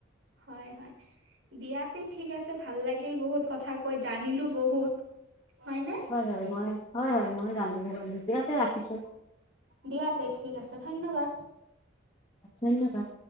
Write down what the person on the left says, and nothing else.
হয়, হয়, মই হয়, হয়, মই জানিলো বাৰু দিয়াতে ৰাখিছো।
ধন্যবাদ।